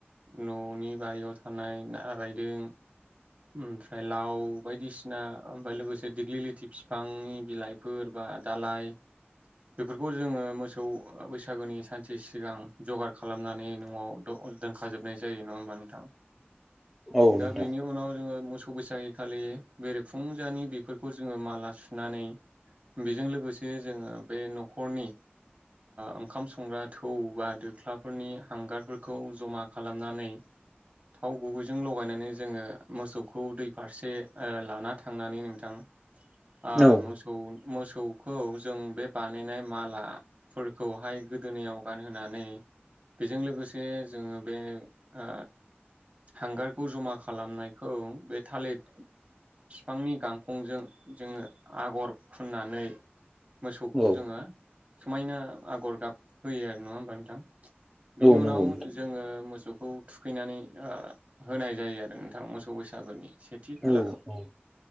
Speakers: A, on the right; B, in the centre.
A: न'नि बारियाव थानाय रायदों ओमफ्राय लाव बायदिसिना ओमफ्राय लोगोसे देग्लि लिथि फिफांनि बिलाइफोर बा दालाय बेफोरखौ जोङो मोसौ बैसागुनि सानसे सिगां जगार खालामनानै न'आव दोनखाजोबनाय जायो नङा होमबा नोंथां
B: औ
A: दा
B: नोंथां
A: बेनि उनाव जोङो मोसौ बैसागि खालि बेरेफुंजानि बेफोर खौ जोङो माला सुनानै बेजों लोगोसे जोङो बे न'खरनि ओंखाम संग्रा थौ बा दोख्लाफोरनि हांगारफोरखौ जमा खालामनानै थाव गुबैजों लगायनानै जोङो मोसौखौ दै फारसे लाना थांनानै नोंथां आ
B: औ
A: मोसौ मोसौ खौ जों बे बानायनाय मालाफोरखौहाय गोदोनायाव गानहोनानै बेजों लोगोसे जोङो बे ओ हांगारखौ जमा खालामनायखौ बे थालिर बिफांनि गांखंजों जोङो आगर फुननानै मोसौखौ
B: औ
A: जोङो समायना आगर गाब होयो आरो नङा होमबा नोंथां बिनि
B: औ
A: उनाव
B: नंगौ नोंथां
A: जोङो मोसौ खौ थुखैनानै होनाय जायो आरो नोंथां मोसौ बैसागुनि सेथि खालाराव
B: औ औ